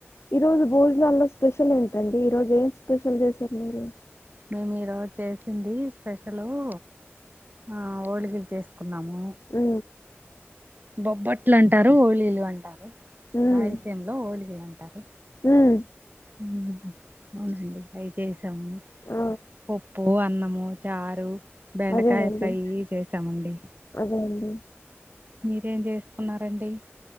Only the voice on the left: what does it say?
ఈ రోజు భోజనాల్లో స్పెషల్ ఏంటండి? ఈరోజు ఏం స్పెషల్ చేశారు మీరు.
ఉ
ఉమ్,
ఉమ్,
ఆ,
అదేనండి
అదే అండి